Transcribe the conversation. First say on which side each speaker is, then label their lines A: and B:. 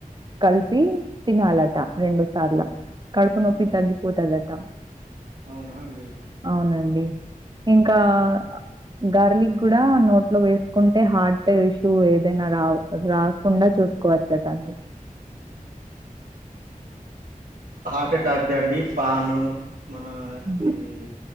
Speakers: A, on the right (about 30°); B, on the right (about 70°).
A: కలిపి తినాలట రెండు సార్లు. కడుపు నొప్పి
B: మ్మ్
A: తగ్గిపోతదాట.
B: అవునా అండి
A: అవునండి. ఇంకా ఆహ్. గార్లిక్ కూడా నోట్లో వేసుకుంటే హార్ట్ ఇష్యూ ఏదైనా రా రాకుండా చూసు. కు వచ్చాటా.
B: హార్ట్ అటాక్ అండి పాన్ మన.
A: ఉమ్.
B: ఇది